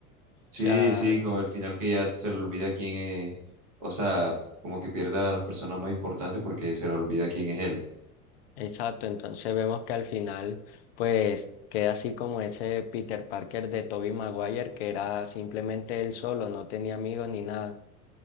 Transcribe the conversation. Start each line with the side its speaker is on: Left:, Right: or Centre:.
Right: sí,
Left: O sea,
Right: sí, con el final que ya se le olvida quién es. O sea, como que pierda a las personas más importantes porque se le olvida quién es él.
Left: exacto, entonces vemos que al final pues queda así como ese Peter Parker de Tobey Maguire que era simplemente él solo, no tenía amigos ni nada,